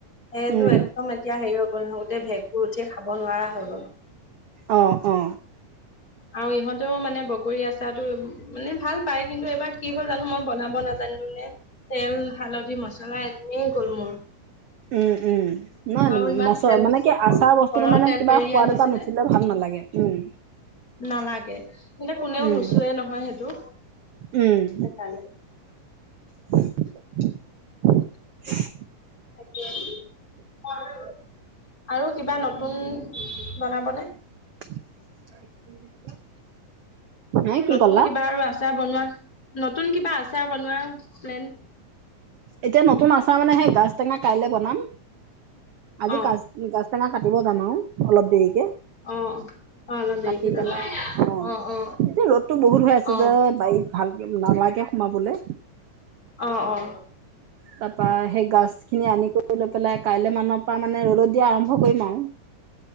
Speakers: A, on the left; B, on the right.
A: সেইটো
B: উম
A: এক- দম এতিয়া হেৰি হৈ গ'ল নহয়, গোটেই ভেঁকুৰ উঠি খাব নোৱাৰা হৈ গ'ল।
B: অ অ
A: আৰু ইহঁতেও মানে বগৰী আচাৰ টো মানে ভাল পায়, কিন্তু এবাৰ কি হল জানো মই বনাব নাজ- জানিলো নে, তেল হালধি মছলা এনেই গ'ল মোৰ।
B: উম' উম' নাই
A: আৰু ইমান
B: মছ
A: তেল
B: মানে
A: দিছিলো
B: কি আচাৰ বস্তুটো
A: ঘৰৰ তেল
B: কিবা
A: পেৰি
B: সোৱাদ
A: আনিছিলে
B: এটা নুঠিল- লে ভাল নালাগে। উম'
A: নালাগে, হিন্তে কোনেও
B: উম
A: নুচোৱে নহয় সেইটো,
B: উম
A: সেইকাৰণে।
B: <inaudible>
A: সেইটোৱে আৰু কিবা নতুন বনাবনে?
B: <unintelligible> হে কি
A: নতুন
B: ক'লা?
A: কিবা আৰু আচাৰ বনোৱা, নতুন কিবা আচাৰ বনোৱা প্লেন?
B: এতিয়া নতুন আচাৰ মানে সেই গাজ টেঙা কাইলে বনাম। আজি
A: অ
B: কাজ গাজ টেঙা কাটিব যাম আৰু অলপ দেৰিকে।
A: অ অ অলপ দেৰিকে
B: কাটি
A: যাব
B: পেলাই অঁ
A: অ অ
B: এতিয়া ৰ'দটো বহুত হৈ আছে
A: অ অ
B: যে বাৰীত- ভালকে নালাগে সোমাবলে।
A: অঁ অঁ'
B: তাপা সেই গাজ খিনি আনি গ- লৈ পেলাই কাইলে মানৰ পৰা মানে ৰ'দত দিয়া আৰম্ভ কৰিম আৰু।